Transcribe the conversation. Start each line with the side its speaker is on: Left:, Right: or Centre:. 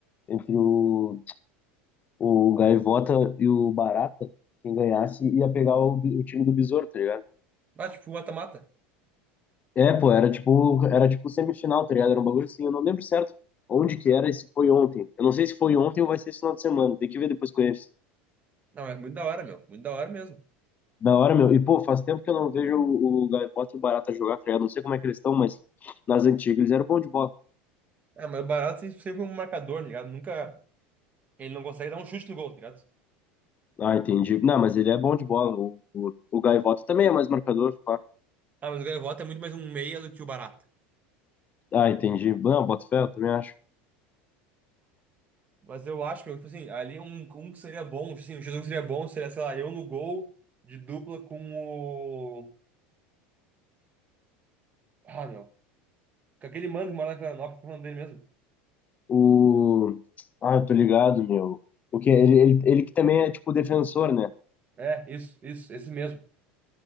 Left: entre o, o Gaivota e o Barata, quem ganhasse ia pegar o, bi- o time do Besouro, tá ligado?
Right: Ah, tipo, mata-mata.
Left: É, pô, era tipo, era tipo semifinal, tá ligado? Era um bagulho assim, eu não lembro certo onde que era e se foi ontem. Eu não sei se foi ontem ou vai ser esse final de semana, tem que ver depois com eles.
Right: Não, é muito da hora, meu, muito da hora mesmo.
Left: Da hora, meu. E, pô, faz tempo que eu não vejo o, o Gaivota e o Barata jogar, tá ligado? Não sei como é que eles estão, mas nas antigas eles eram bom de bola.
Right: Ah, mas o Baraldo sempre sempre é um marcador, tá ligado? Nunca. Ele não consegue dar um chute no gol, tá ligado?
Left: Ah, entendi. Não, mas ele é bom de bola. O, o, o Gaivota também é mais marcador, pá.
Right: Ah, mas o Gaivota é muito mais um meia do que o Barata.
Left: Ah, entendi. Não, boto fé, eu também acho.
Right: Mas eu acho que, tipo assim, ali um, um que seria bom, tipo assim, um Jesus que seria bom seria, sei lá, eu no gol de dupla com o. Ah, meu. Com aquele mano que mora lá em Florianópolis, que é o nome dele mesmo.
Left: O. Ah, eu tô ligado, meu. O que ele, ele, ele que também é tipo defensor, né?
Right: É, isso, isso, esse mesmo.